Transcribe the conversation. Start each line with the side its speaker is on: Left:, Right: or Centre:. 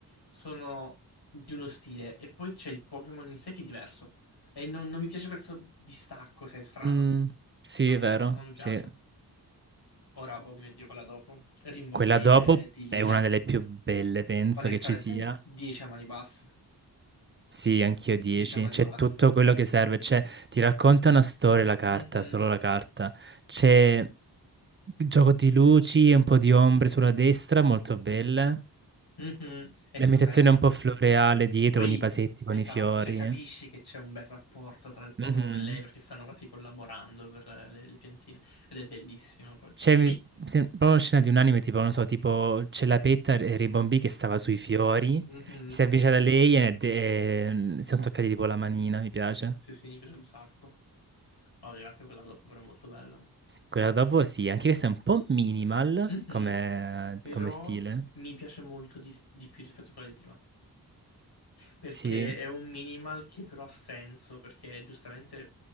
Left: sono di uno stile e poi c'è il Pokémon in sé che è diverso e non, non mi piace questo distacco, cioè è strano,
Right: Mm, sì,
Left: non,
Right: è vero,
Left: non mi piace.
Right: sì.
Left: Ora, oh mio Dio, quella dopo, Rimbombì
Right: Quella dopo
Left: e di Lilia,
Right: è una delle più belle, penso
Left: onestamente
Right: che ci sia.
Left: 10 a mani basse,
Right: Sì, anch'io 10.
Left: 10 a mani
Right: C'è
Left: basse.
Right: tutto quello che serve. C'è, ti racconta una storia la carta,
Left: Mhm.
Right: solo la carta. C'è il gioco di luci e un po' di ombre sulla destra, molto belle.
Left: Mhm. È
Right: L'ambientazione
Left: stupendo.
Right: è un po' floreale dietro,
Left: Poi,
Right: con i vasetti, con
Left: esatto,
Right: i fiori.
Left: cioè capisci che c'è un bel rapporto tra il Pokémon
Right: Mhm.
Left: e lei perché stanno quasi collaborando per eh, le, le piantine ed è bellissimo poi.
Right: C'è
Left: Poi,
Right: mi- se- proprio una scena di un anime, tipo, non so, tipo c'è la petta e Ribombì che stava sui fiori.
Left: mhm,
Right: Si è avvicinata a lei e, ne- e- mm, si sono toccati tipo la manina, mi piace.
Left: sì, sì, mi piace un sacco. Ovvio, anche quella dopo però è molto bella.
Right: Quella dopo sì, anche questa è un po' minimal
Left: Mhm,
Right: come,
Left: Però
Right: come stile.
Left: mi piace molto di, di più rispetto a quella di prima. Perché
Right: Sì.
Left: è un minimal che però ha senso, perché giustamente,